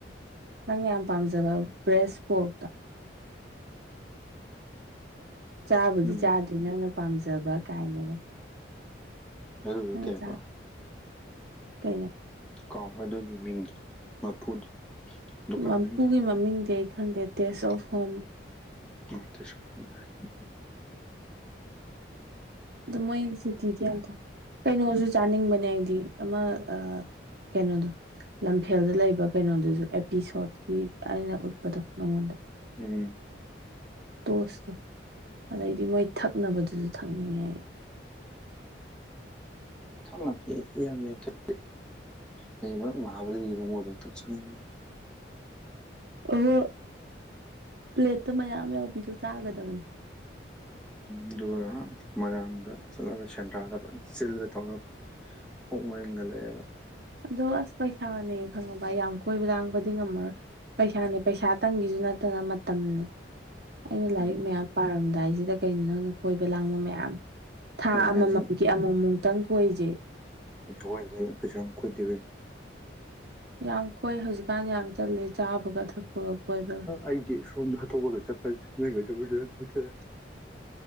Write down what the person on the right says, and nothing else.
ꯅꯪꯅ ꯌꯥꯝ ꯄꯥꯝꯖꯕ ꯕ꯭ꯔꯦꯁꯄꯣꯔꯇꯣ꯫ ꯆꯥꯕꯨꯗꯤ
ꯆꯥꯗꯔꯤ ꯅꯪꯅ ꯄꯥꯝꯖꯕ ꯀꯥꯏꯅꯒ꯫
<unintelligible>
ꯑꯆꯥ
ꯀꯩꯩꯅꯣ
ꯃꯄꯨꯒꯤ
ꯃꯃꯤꯡꯗꯤ ꯑꯩ ꯈꯪꯗꯦ ꯇꯦꯁ ꯑꯣꯐ ꯍꯣꯝ꯫
ꯑꯗꯣ ꯃꯣꯏ ꯁꯇꯤꯗꯤ ꯌꯥꯝ ꯀꯩꯅꯣꯁꯨ ꯆꯥꯅꯤꯡꯕꯅꯦ ꯑꯩꯗꯤ ꯑꯃ ꯑ ꯀꯩꯅꯣꯗꯣ꯫ ꯂꯝꯐꯦꯜꯗ ꯂꯩꯕ ꯀꯩꯅꯣꯗꯨꯁꯨ ꯑꯦꯄꯤꯁꯣꯠꯀꯤ ꯑꯩꯅ ꯎꯠꯄꯗꯣ ꯅꯪꯉꯣꯟꯗ꯫
ꯇꯣꯁꯇꯣ ꯑꯗꯩꯗꯤ ꯃꯣꯏ ꯊꯛꯅꯕꯗꯨꯁꯨ ꯊꯛꯅꯤꯡꯉꯦ ꯑꯩ꯫
ꯑꯣꯍꯣ ꯄ꯭ꯂꯦꯠꯇ ꯃꯌꯥꯝ ꯌꯥꯎꯕꯤꯗꯣ ꯆꯥꯒꯗꯕꯅꯦ꯫
ꯑꯗꯣ ꯑꯁ ꯄꯩꯁꯥꯅꯦ ꯈꯪꯉꯕ ꯌꯥꯝ ꯀꯣꯏꯕ ꯂꯥꯡꯕꯗꯤ ꯉꯝꯃꯔꯣꯏ꯫ ꯄꯩꯁꯥꯅꯦ ꯄꯩꯁꯥ ꯇꯪꯒꯤꯁꯨ ꯅꯠꯇꯅ ꯃꯇꯝꯅꯦ꯫ ꯑꯩꯅ ꯂꯥꯏꯔꯤꯛ
ꯃꯌꯥꯝ ꯄꯥꯔꯝꯗꯥꯏꯁꯤꯗ ꯀꯩꯅꯣ ꯅꯪꯅ꯫ ꯀꯣꯏꯕ ꯂꯥꯡꯕ ꯃꯌꯥꯝ ꯊꯥ
ꯑꯃꯃꯝꯒꯤ
ꯑꯃꯨꯛꯃꯨꯛꯇꯪ ꯀꯣꯏꯁꯦ꯫
ꯌꯥꯝ ꯀꯣꯏ ꯍꯧꯖꯤꯛꯀꯥꯟ ꯌꯥꯝ ꯆꯠꯂꯦ ꯆꯥꯕꯒ ꯊꯛꯄꯒ ꯀꯣꯏꯕ꯫